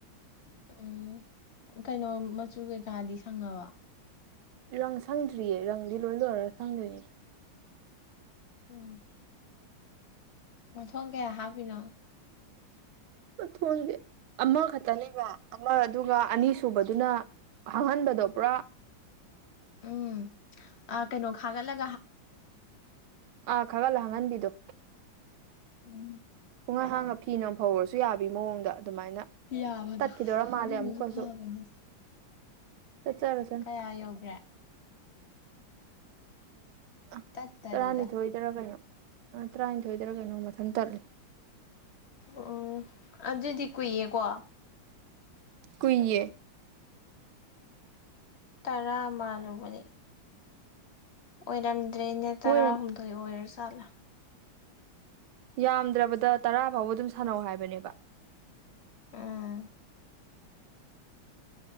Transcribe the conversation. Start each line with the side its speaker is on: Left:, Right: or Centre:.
Left: ꯎꯝ ꯀꯩꯅꯣ ꯃꯆꯨ ꯀꯩꯀꯥꯗꯤ ꯁꯪꯉꯕꯣ
Right: ꯔꯪ ꯁꯪꯗ꯭ꯔꯤꯌꯦ ꯔꯪꯗꯤ ꯂꯣꯏ ꯂꯣꯏꯔꯒ ꯁꯪꯗꯣꯏꯅꯤꯗ
Left: ꯎꯝ ꯃꯊꯣꯡ ꯀꯌꯥ ꯍꯥꯞꯄꯤꯅꯣ?
Right: <inaudible> ꯃꯊꯣꯟꯁꯦ ꯑꯃꯈ ꯇꯅꯦꯕ ꯑꯃ ꯑꯗꯨꯒ ꯑꯅꯤ ꯁꯨꯕꯗꯨꯅ ꯑꯍꯥꯟꯕꯗꯣ ꯄꯨꯔꯥ
Left: ꯎꯝ ꯑꯥ ꯀꯩꯅꯣ ꯈꯥꯒꯠꯂꯛ
Right: ꯑꯥ ꯈꯔꯜ ꯍꯥꯡꯍꯟꯕꯤꯗꯣ꯫
Left: ꯎꯝ
Right: ꯄꯨꯍꯥꯡ ꯍꯥꯡꯉ ꯐꯤꯅ ꯐꯧꯔꯁꯨ ꯌꯥꯕꯤ ꯃꯑꯣꯡꯗ ꯗꯨꯃꯥꯏꯅ
Left: ꯌꯥꯕꯗꯣ
Right: ꯇꯠꯈꯤꯗꯧꯔ ꯃꯥꯜꯂꯦ
Left: ꯑꯗꯨꯅꯁꯨ
Right: ꯑꯃꯨꯛꯀꯁꯨ
Left: ꯐꯕꯅꯤ
Right: ꯇꯠꯆꯔꯁꯅꯨ
Left: ꯀꯌꯥ ꯌꯧꯒ꯭ꯔꯦ?
Right: <inaudible>
Left: ꯇꯠꯇꯔꯤꯗ
Right: ꯇꯔꯥꯅꯤꯊꯣꯏꯗꯔ ꯀꯩꯅꯣ ꯑ ꯇꯔꯥꯅꯤꯊꯣꯏꯗꯔ ꯀꯩꯅꯣ ꯃꯊꯟ ꯇꯠꯂꯦ꯫
Left: ꯑꯣ ꯑꯗꯨꯗꯤ ꯀꯨꯏꯌꯦꯀꯣ
Right: ꯀꯨꯏꯌꯦ
Left: ꯇꯔꯥ ꯃꯥꯂꯨꯕꯅꯤ ꯑꯣꯏꯔꯝ ꯗ꯭ꯔꯦꯅꯦ ꯇꯔꯥ
Right: ꯃꯣꯏꯅ
Left: ꯍꯨꯝꯗꯣꯏ ꯑꯣꯏꯔ ꯖꯥꯠꯂ?
Right: ꯌꯥꯝꯗ꯭ꯔꯕꯗ ꯇꯔꯥ ꯐꯥꯎꯕ ꯑꯗꯨꯝ ꯁꯥꯟꯅꯧ ꯍꯥꯏꯕꯅꯦꯕ꯫
Left: ꯎꯝ